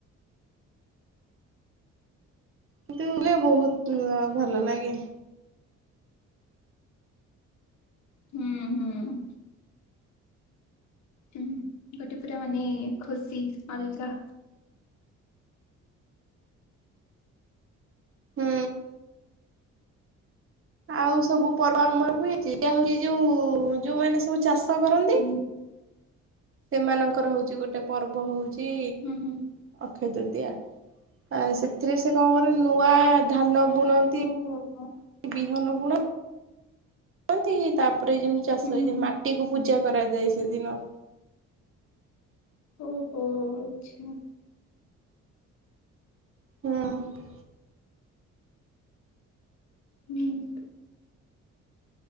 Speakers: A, on the right; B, on the left.
A: କିନ୍ତୁ ବଲେ ବହୁତ ଭଲ ଲାଗେ।
B: ହୁଁ ହୁଁ। ହୁଁ ଗୋଟେ ପୁରା ମାନେ ଖୁସି ଅଲଗା।
A: ହୁଁ। ଆଉ ସବୁ ପର୍ବ ଆମର ହୁଉଛି ଏଟା ହଉଛି ଯୋଉ ଯୋଉମାନେ ସବୁ ଚାଷ କରନ୍ତି
B: ହୁଁ
A: ସେମାନଙ୍କର ହଉଚି ଗୋଟେ ପର୍ବ ହଉଚି
B: ହୁଁ ହୁଁ।
A: ଅକ୍ଷୟ ତୃତୀୟା ଆ ସେଥିରେ ସେ କଣ କରନ୍ତି ନୂଆ ଧାନ ବୁଣନ୍ତି।
B: ଓହୋ ହ
A: ବିହନ ବୁଣ ଣନ୍ତି ତାପରେ ଯେମତି ଚାଷ
B: ହୁଁ
A: ହେଇଯାଏ ମାଟିକୁ ପୂଜା କରାଯାଏ ସେଦିନ
B: ଓହୋ ଆଚ୍ଛା।
A: ହଁ।
B: ହୁଁ।